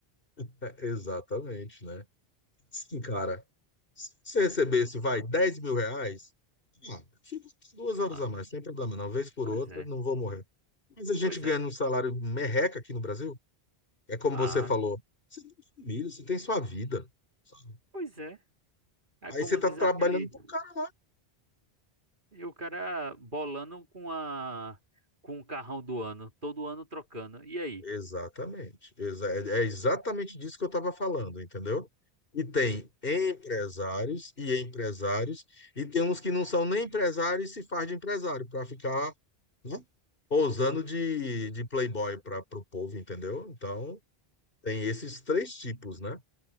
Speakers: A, on the left (about 60°); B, on the right (about 55°).
A: <laughs> Exatamente, né? Sim, cara. Se você recebesse, vai, dez mil reais, ah, fica duas horas
B: Ah,
A: a mais, sem problema, não. Vez por
B: pois
A: outra,
B: é.
A: não vou morrer. Mas a gente
B: Pois
A: ganhando
B: é.
A: um salário merreca aqui no Brasil, é como
B: Ah,
A: você falou, você tem família, você tem sua vida, sabe?
B: pois é. É
A: Aí
B: como
A: você tá
B: diz
A: trabalhando
B: aquele,
A: pro cara
B: e o cara bolando com a com o carrão do ano, todo ano trocando. E aí?
A: Exatamente. Exa- É é exatamente disso que eu estava falando, entendeu? E tem empresários e empresários, e tem uns que não são nem empresários e se faz de empresário para ficar, né, pousando de, de playboy para o povo, entendeu? Então, tem esses três tipos, né?